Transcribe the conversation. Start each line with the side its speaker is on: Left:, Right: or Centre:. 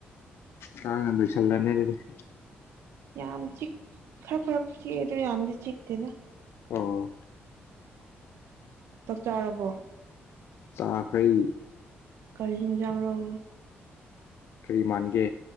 Left: ꯀꯥꯡꯅꯥ ꯂꯣꯏꯁꯤꯟꯂꯅꯤ ꯑꯗꯨꯗꯤ
Right: ꯌꯥꯝ ꯆꯤꯛ ꯈꯔ ꯈꯔ ꯆꯤꯛ ꯑꯗꯨ ꯌꯥꯝꯗꯤ ꯆꯤꯛꯇꯦꯅ
Left: ꯑꯣ
Right: <inaudible> ꯆꯥꯛ ꯆꯥꯔꯕꯣ
Left: ꯆꯥꯈꯔ꯭ꯦ
Right: ꯀꯣꯏ ꯍꯤꯟꯖꯥꯡꯔꯣꯎ
Left: ꯀꯔꯤ ꯃꯥꯟꯒꯦ